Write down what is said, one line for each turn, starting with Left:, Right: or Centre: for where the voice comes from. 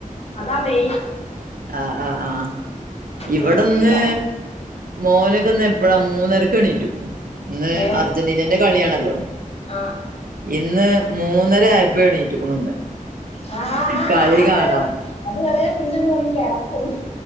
Left: അതാ മേയ്ൻ
Right: ആഹ് ആഹ് ആഹ് ഇവടെന്ന്
Left: കൊച്ചു ടി വി കാണും
Right: മോനൊക്കെന്ന് എപ്പഴാ മൂന്നരക്ക് എണീറ്റ് ഇന്ന്
Left: ഏ
Right: അർജന്റീനന്റെ കളിയാണല്ലോ
Left: ആ
Right: ഇന്ന് മൂന്നര ആയപ്പ എണീറ്റ്ക്കുണു ന്ന്.
Left: ആ ആ ആ
Right: കളി
Left: ആ ആ
Right: കാണാൻ
Left: നേരം അത് വരെ പിന്നെ ഞ്ഞ് വന്ന് കെടക്കും.